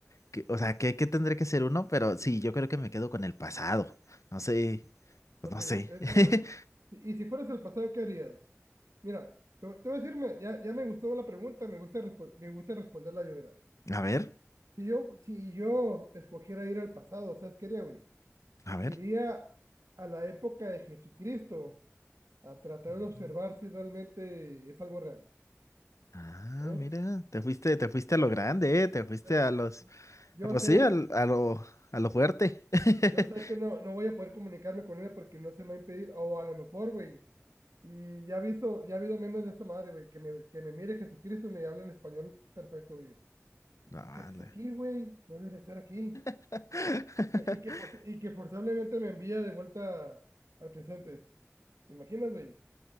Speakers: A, on the left; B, on the right.
A: que- o sea, ¿qué, qué tendré que ser uno? Pero sí, yo creo que me quedo con el pasado. No sé, pues
B: Ok,
A: no
B: eh,
A: sé. <laughs>
B: bueno, y y si fueras el pasado, ¿qué harías? Mira, te, te voy a decirme, ya, ya me gustó la pregunta, me gusta, respo- me gusta responderla yo,
A: A ver,
B: Si yo, si yo escogiera ir al pasado, ¿sabes qué haría, güey?
A: a
B: Iría a la época de Jesucristo a tratar
A: ver.
B: de observar si realmente es algo real,
A: Ah,
B: ¿eh?
A: mira, te fuiste, te fuiste a lo grande, eh, te
B: O
A: fuiste
B: sea,
A: a
B: Yo
A: los,
B: yo
A: ah, pues
B: sé,
A: sí, al- a lo, a lo fuerte. <laughs>
B: yo sé que no, no voy a poder comunicarme con él porque no se me va a impedir, o a lo mejor, güey, y ya he visto, ya ha habido memes de esta madre, güey, que me, que me mire Jesucristo y me hable en español perfecto, güey. ¿Y
A: No,
B: tú qué haces
A: la-
B: aquí, güey? No debería estar aquí.
A: <laughs>
B: Y que, y que, forz- y que forzablemente me envía de vuelta al presente. ¿Te imaginas, güey?